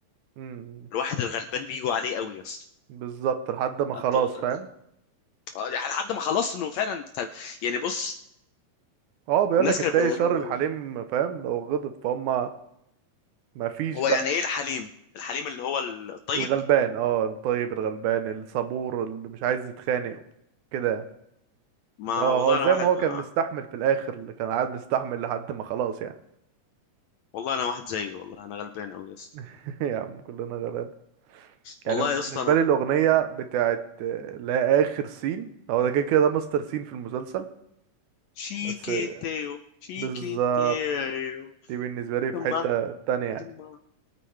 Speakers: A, on the right (about 75°); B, on the left (about 75°).
A: امم
B: الواحد الغلبان بيجوا عليه قوي يا اسطى
A: بالظبط لحد ما
B: عبد-
A: خلاص فاهم
B: آه، يعني لحد ما خلاص انه فعلا طب يعني بص
A: اه بيقول
B: الناس
A: لك
B: كانت
A: التاي
B: بيقولوا
A: شر الحليم فاهم لو غضب فهم ما فيش
B: هو
A: بقى
B: يعني ايه الحليم الحليم اللي هو الطيب
A: الغلبان اه الطيب الغلبان الصبور اللي مش عايز يتخانق كده يعني
B: ما
A: لا هو
B: والله
A: زي
B: انا واحد
A: ما هو كان
B: آه،
A: مستحمل في الاخر اللي كان قاعد مستحمل لحد ما خلاص يعني
B: والله انا واحد زيه والله انا غلبان قوي يا اسطى
A: <laughs> يا عم كلنا غلاب يعني
B: والله
A: بالنسبه
B: يا اسطى انا
A: لي الاغنيه بتاعت آه، لا اخر سين هو ده كده كده ده مستر سين في المسلسل
B: شيكيتيو
A: بس
B: شيكيتيو
A: بالظبط دي بالنسبه لي
B: تما
A: في حته تانية يعني
B: تما